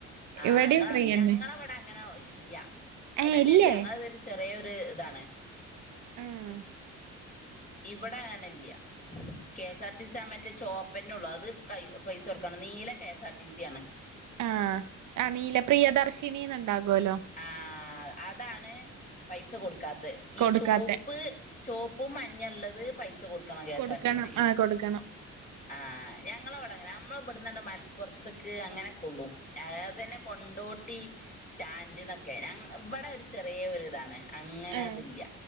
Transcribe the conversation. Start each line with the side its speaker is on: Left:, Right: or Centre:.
Left: ആ
Right: ഇവിടെയും
Left: ങ്ങളഅവ്ടെ
Right: ഫ്രീയന്നെ
Left: ഞ്ഞങ്ങളവ്ടെ അങ്ങനെ ഇല്ല്യ അയുടെ
Right: ഏഹ്
Left: ഇല്ലെച്ചാ
Right: ഇല്ലേ
Left: ഞങ്ങളെ ഇതൊര് ചെറെ ഒ ര് താണ്.
Right: ആഹ്
Left: ഇവടെ അങ്ങനെല്യ K S R T C ആ മറ്റേ ചോ പ്പന്നൊള്ളൂ അത് കൈ പൈസൊട്ക്കാണം നീല കെ എസ് ആർ ടി സ്യാണ്.
Right: ആഹ് ആ നീല പ്രിയദർശിനിന്ന്ണ്ടാ കോല്ലോ
Left: ആ അതാണ് പൈസ കൊട്ക്കാ ത്തെ ഈ
Right: കൊടുക്കാത്തെ
Left: ചോപ്പ് ചോപ്പും മഞ്ഞള്ളത് പൈസ കൊടു ക്കണം കെ എസ്
Right: കൊടുക്കണം
Left: ആർ റ്റീ സി
Right: ആഹ് കൊടുക്കണം
Left: ആഹ് ഞങ്ങള അവിടെ അങ്ങനാ അമ്മള് ഇ ഇവിടുന്നണ്ട് മലപ്പുറത്ക്ക് അങ്ങനെക്കള്ളു അത് തന്നെ കൊണ്ടോട്ടി സ്റ്റാൻഡന്നൊക്കെ ഞ ഇവിടെ ഒരു ചെറിയ ഒരു ഇതാണ്. അങ്ങനെ
Right: ഏഹ്
Left: അത് ല്യ.